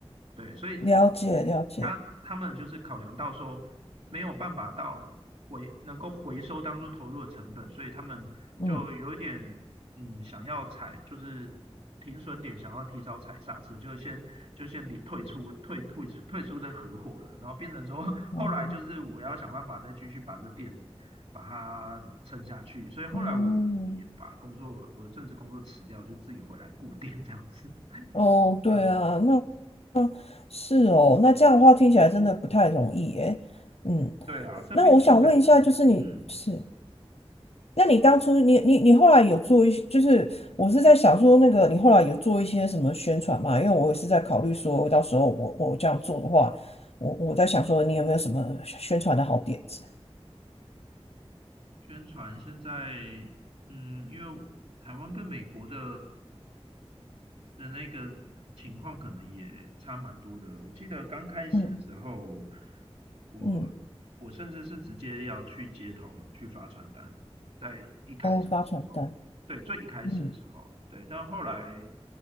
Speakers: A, on the right; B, on the left.
A: 对，所以嗯他他们就是考量到说没有办法到回能够回收当初投入的成本，
B: 了解了解，
A: 所以他们就有一点嗯想要踩就是停损点，
B: 嗯
A: 想要提早踩刹车，就先就先离退出退退出退出这合伙了，然后变成说 <laughs>
B: 哦
A: 后来就是我要想办法再继续把这店把它撑下去，所以后来我我也把工作我的正职工作辞掉，
B: 嗯
A: 就自己回来顾店这样子，<laughs>
B: 哦，对啊，
A: 对啊
B: 那是哦，那这样的话听起来真的不太容易耶，嗯，
A: 对啊，这毕竟还是
B: 那我想问一下，就是你是。
A: 嗯，
B: 那你当初你你你后来有做一些，就是我是在想说那个你后来有做一些什么宣传嘛？因为我也是在考虑说，到时候我我这样做的话，我我在想说你有没有什么宣传的好点子？
A: 宣传现在嗯，因为台湾跟美国的的那个情况可能也差蛮多的。我记得刚开始的时候，
B: 嗯
A: 我我甚至是直接要去街头去发传单，
B: 嗯，
A: 在一开始的时候，
B: 哦，发传单，
A: 对，最一开始的时候，
B: 嗯
A: 对，但后来